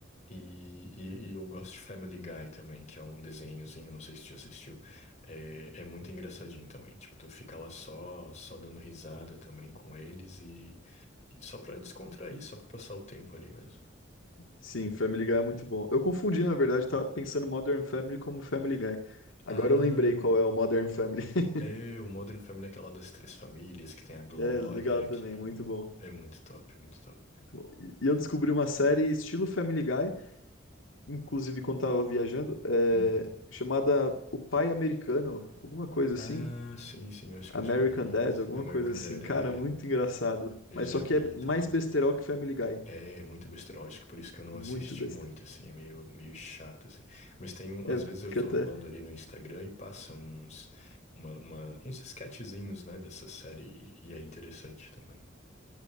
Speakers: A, on the left; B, on the left.
A: E, e- e eu gosto de Family Guy também, que é um desenhozinho, não sei se tu já assistiu. É, é muito engraçadinho também. Tipo, tu fica lá só, só dando risada também com eles e, e só pra descontrair, só pra passar o tempo ali mesmo.
B: Sim, Family Guy é muito bom. Eu confundi, na verdade, tava pensando Modern Family como Family Guy. Agora
A: Ah,
B: eu lembrei qual é o Modern Family. <laughs>
A: é, o Modern Family é aquela das três famílias que tem a Glória,
B: É legal também,
A: que
B: muito bom.
A: é muito top, muito top.
B: Muito bom. E e eu descobri uma série estilo Family Guy, inclusive quando tava viajando, é,
A: Uhum.
B: chamada O Pai Americano, alguma coisa
A: Ah,
B: assim.
A: sim, sim, eu acho
B: American
A: que eu já vi
B: Dad,
A: isso.
B: alguma
A: American
B: coisa assim.
A: Dad,
B: Cara,
A: é,
B: muito engraçado.
A: eu
B: Mas
A: já
B: só
A: vi
B: que é mais
A: também.
B: besterol que Family Guy.
A: É, é muito besteira, que por isso que eu não
B: Muito
A: assisti
B: besteira.
A: muito, assim, é meio, meio chato, assim. Mas tem um,
B: É,
A: às vezes eu
B: fica
A: tô
B: até.
A: rolando ali no Instagram e passa uns, uma, uma- uns sketchzinhos, né, dessa série e, e é interessante também.